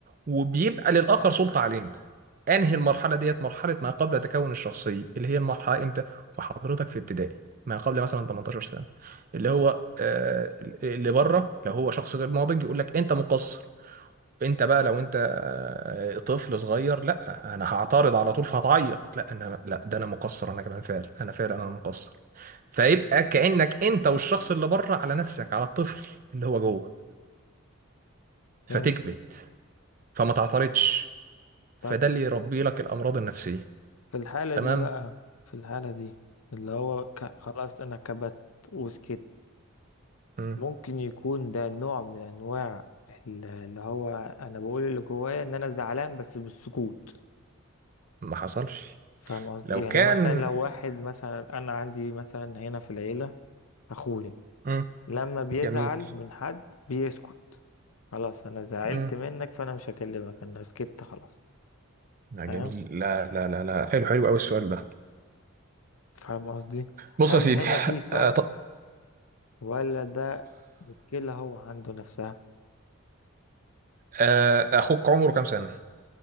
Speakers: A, on the right; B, on the left.
A: وبيبقى للآخر سلطة علينا انهي المرحله ديت مرحله ما قبل تكون الشخصيه اللي هي المرحله امتى وحضرتك في ابتدائي ما قبل مثلا 18 سنه اللي هو آه، اللي بره لو هو شخص غير ناضج يقول لك انت مقصر انت بقى لو انت آه، طفل صغير لا انا هعترض على طول فهتعيط لا انا لا ده انا مقصر انا كمان فعلا انا فعلا انا مقصر فيبقى كانك انت والشخص اللي بره على نفسك على الطفل اللي هو جوه
B: مم.
A: فتكبت
B: فهمت
A: فما تعترضش
B: طيب
A: فده اللي يربي لك الامراض النفسيه
B: في الحالة
A: تمام
B: دي بقى في الحالة دي اللي هو ك... خلاص أنا كبت وسكت
A: امم
B: ممكن يكون ده نوع من انواع ال- اللي هو انا بقول اللي جوايا ان انا زعلان بس بالسكوت
A: ما حصلش
B: فاهم قصدي
A: لو
B: يعني
A: كان
B: مثلا لو واحد مثلا انا عندي مثلا هنا في العيلة اخويا
A: مم.
B: لما بيزعل
A: جميل
B: من حد بيسكت خلاص انا زعلت
A: مم.
B: منك فانا مش هكلمك انا سكت خلاص
A: لا
B: فاهم
A: جميل لا لا لا لا حلو حلو قوي السؤال ده
B: فاهم قصدي
A: بص
B: هل
A: يا سيدي
B: هنا في فرق
A: آه ط...
B: ولا ده مشكلة هو عنده نفسها
A: آه اخوك عمره كام سنة